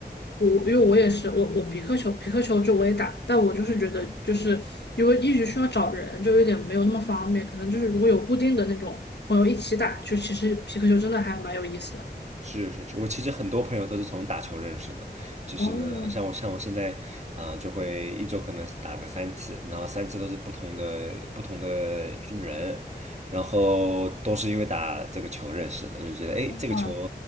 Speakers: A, on the left (about 75°); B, on the right (about 40°).
A: 我因为我也是，我我皮克球皮克球就我也打，但我就是觉得就是因为一直需要找人，就有点没有那么方便，可能就是如果有固定的那种朋友一起打，就其实皮克球真的还蛮有意思的。
B: 是是是，我其实很多朋友都是从打球认识的，就是呢，
A: 哦，
B: 像我像我现在啊、呃就会一周可能打个三次，然后三次都是不同的不同的人，然后都是因为打这个球认识的，就觉得诶这个球
A: 哇。